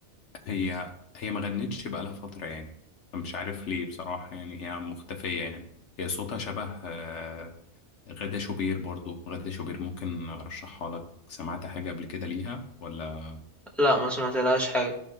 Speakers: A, on the left (about 85°); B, in the centre.
A: هي هي ما غنتش بقالها فتره يعني مش عارف ليه بصراحه يعني هي مختفيه يعني هي صوتها شبه آه، غادة شوبير برضو غادة شوبير ممكن أرشحها لك سمعت حاجة قبل كده ليها ولا
B: لا ما سمعت لهاش حاجة